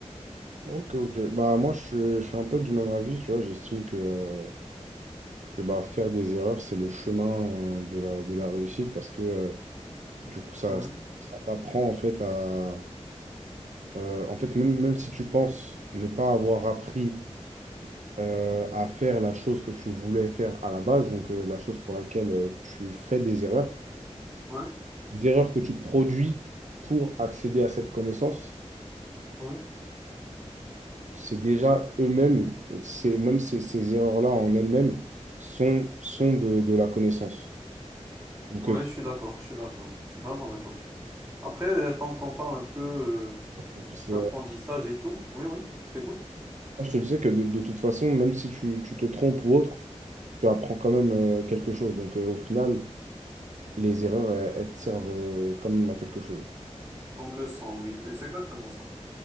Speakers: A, on the right; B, on the right.
A: Ok, ok. Bah, moi, je suis, je suis un peu du même avis, tu vois. J'estime que, euh, que bah, faire des erreurs, c'est le chemin euh, de la, de la réussite parce que, euh, du coup, ça,
B: Mhm.
A: ça t'apprend, en fait, à... euh, en fait, même, même si tu penses ne pas avoir appris euh, à faire la chose que tu voulais faire à la base, donc euh, la chose pour laquelle euh, tu fais des erreurs,
B: Ouais,
A: des erreurs que tu produis pour accéder à cette connaissance,
B: ouais.
A: c'est déjà eux-mêmes, c'est même ces, ces erreurs-là en elles-mêmes sont, sont de, de la connaissance. Donc,
B: Ouais,
A: euh,
B: je suis d'accord, je suis d'accord, je suis vraiment d'accord. Après, euh, tant qu'on parle un peu euh,
A: donc c'est,
B: d'apprentissage
A: euh,
B: et tout, oui, oui, je t'écoute.
A: je te disais que de, de toute façon, même si tu, tu te trompes ou autre, tu apprends quand même euh, quelque chose. Donc, euh, au final, les erreurs, elles, elles te servent euh, quand même à quelque chose.
B: Comme le sang, oui, c'est exactement ça.